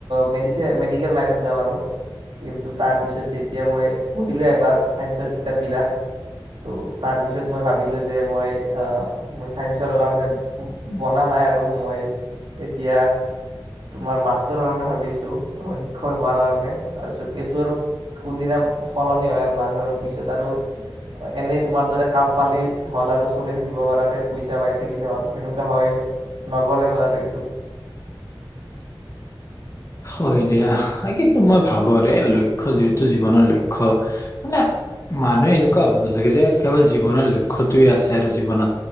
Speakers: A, on the right; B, on the left.
A: মড মেডিকেল লাইনত যাম আৰু কিন্তু তাৰপিছত যেতিয়া মই পঢ়িলোঁ এবাৰ চাইন্সৰ কিতাপবিলাক ত' তাৰপিছত মই ভাবিলোঁ যে মই চাইন্সৰ কাৰণে বনা নাই আৰু মই এতিয়া। তোমাৰ মাষ্টৰৰ কাৰণে ভাবিছোঁ শিক্ষক হোৱাৰ কাৰণে তাৰপিছত এইটো আৰু কোনদিনা সলনি হয়, আৰু নাজানো পিছত আৰু এনেই তোমাৰ দৰে কাম পালি হ'ল আৰু চলি থাকিব পৰাকে পইচা পাই থাকিলে হ'ল, সেনেকুৱা হয়, নগলে হ'ল আৰু এইটো।
B: হয়, দিয়া কিন্তু মই ভাবোৰে লক্ষ্য যিহেতু জীৱনৰ লক্ষ্য মানে মানুহে এনেকুৱা হ'ব নালাগে যে, কেৱল জীৱনৰ লক্ষ্যটোয়ে আছে আৰু জীৱনত